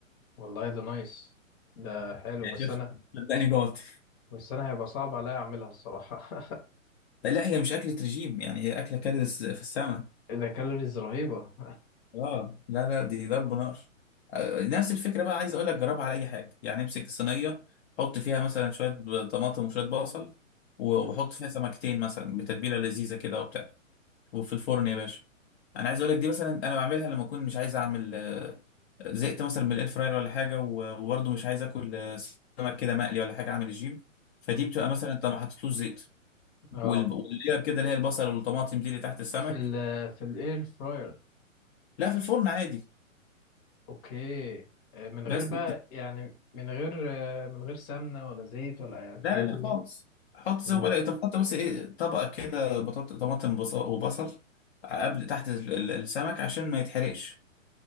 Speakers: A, on the left; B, on the left.
A: والله ده نايس ده حلو
B: يعني
A: بس
B: شفت
A: انا
B: صدقني جوعت
A: بس انا هيبقى صعب عليا اعملها الصراحة
B: لا هي مش أكلة رجيم يعني هي أكلة كالوريز في السماء
A: <laughs> ده كالوريز رهيبة
B: اه لا لا دي ضرب نار آه، نفس الفكره بقى عايز اقول لك جربها على اي حاجه يعني امسك الصينيه حط فيها مثلا شويه ب- طماطم وشويه بصل
A: <laughs>
B: و-
A: مم.
B: وحط فيها سمكتين مثلا بتتبيله لذيذه كده وبتاع وفي الفرن يا باشا انا عايز اقول لك دي مثلا انا بعملها لما اكون مش عايز اعمل آه، زهقت مثلا من الاير فراير ولا حاجه و- وبرضه مش عايز اكل آه، سمك كده مقلي ولا حاجه اعمل الجيم فدي
A: مم.
B: بتبقى مثلا انت ما حطيتلوش زيت
A: اه
B: وال- واللير كده اللي هي البصل والطماطم دي اللي تحت السمك
A: في ال في الاير فراير
B: لا في الفرن عادي
A: اوكي آه، من
B: بس
A: غير بقى يعني من غير آه، من غير سمنة ولا زيت ولا يعني الحاجات
B: لا لا لا
A: اللي جاية
B: خالص حط زي
A: مم.
B: ما بقولك انت بتحط بس ايه طبقه كده بطاطا طماطم بصل وبصل قبل تحت ال- ال- السمك عشان ما يتحرقش